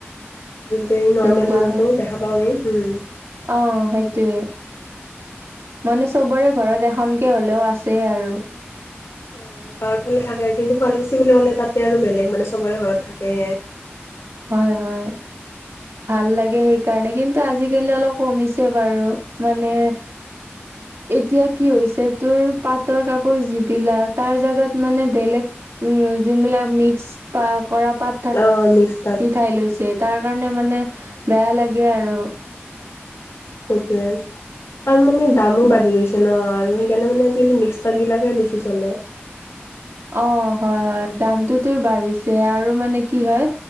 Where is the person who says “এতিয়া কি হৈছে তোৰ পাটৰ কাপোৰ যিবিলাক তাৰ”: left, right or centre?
Right